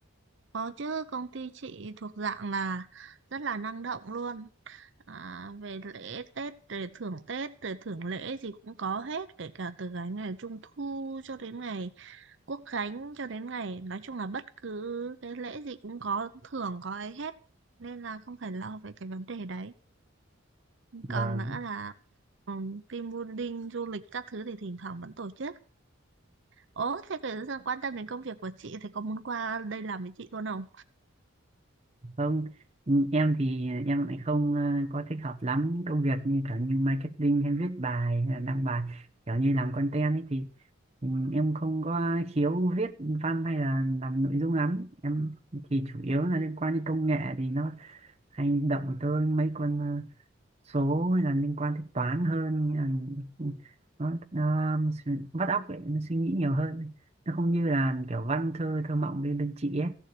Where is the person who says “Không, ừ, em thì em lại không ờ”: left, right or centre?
Right